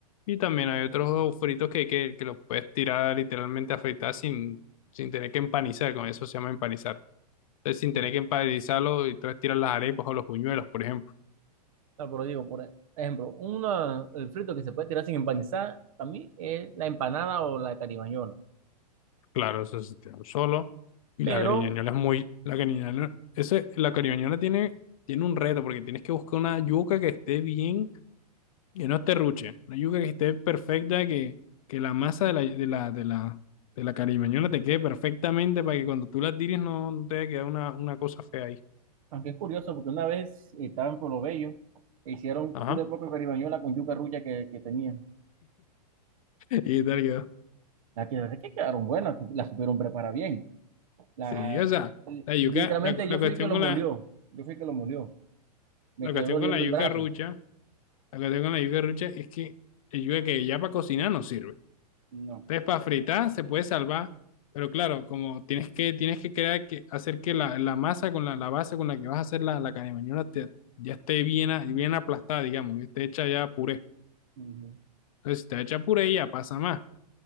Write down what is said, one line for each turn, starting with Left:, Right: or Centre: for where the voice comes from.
Left: Y también hay otros fritos que, que, que los puedes tirar literalmente a fritar sin, sin tener que empanizar, con eso se llama empanizar. Entonces, sin
Right: sí.
Left: tener que empanizarlo, y entonces tiras las arepas o los buñuelos, por ejemplo.
Right: No, pero digo, por ejemplo, una, el frito que se puede tirar sin empanizar, para mí es la empanada o la caribañola.
Left: Claro, eso se tira solo. Y
Right: Pero,
Left: la cariñañola es muy. La cariñañola, ese, la cariñañola tiene, tiene un reto, porque tienes que buscar una yuca que esté bien, que no esté ruche. Una yuca que esté perfecta, que, que la masa de la, de la, de la, de la cariñañola te quede perfectamente para que cuando tú la tires no, no te vaya a quedar una, una cosa fea ahí.
Right: aunque es curioso, porque una vez estaba en Pueblo Bello, e hicieron
Left: Ajá.
Right: cule poco caribañola con yuca rulla que, que tenían.
Left: Y tal quedó.
Right: La que, la que quedaron buenas, la supieron preparar bien. La,
Left: Sí, o sea, la yuca,
Right: literalmente
Left: la, cu- la
Right: yo
Left: cuestión
Right: fui el que lo
Left: con
Right: molió.
Left: la,
Right: Yo fui el que lo molió. Me
Left: la cuestión
Right: quedó doliendo
Left: con la yuca
Right: el brazo.
Left: rucha, la cuestión con la yuca rucha es que el yuca que ya para cocinar no sirve.
Right: No.
Left: Entonces, para fritar se puede salvar, pero claro, como tienes que, tienes que crear que, hacer que la, la masa con la, la base con la que vas a hacer la, la carne te- ya esté bien, a- bien aplastada, digamos, que esté hecha ya puré.
Right: Ujú.
Left: Entonces, si está hecha puré, ya pasa más.